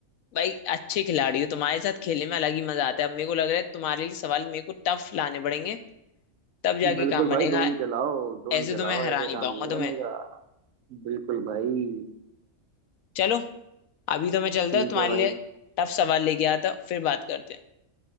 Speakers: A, on the left; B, on the right.
A: भाई अच्छे खिलाड़ी हो तुम्हारे साथ खेलने में अलग ही मजा आता है अब मेरे को लग रहा है तुम्हारे लिए सवाल मेरे को टफ लाने पड़ेंगे तब जाके
B: बिल्कुल
A: काम
B: भाई
A: बनेगा
B: ढूंढ के लाओ ढूंढ
A: ऐसे
B: के
A: तो
B: लाओ
A: मैं हरा
B: ऐसा
A: नहीं
B: काम
A: पाऊंगा
B: नहीं बनेगा
A: तुम्हें
B: बिल्कुल भाई
A: चलो अभी तो मैं चलता
B: ठीक
A: हूँ तुम्हारे
B: है भाई
A: लिए टफ सवाल लेके आता हूँ, फिर बात करते हैं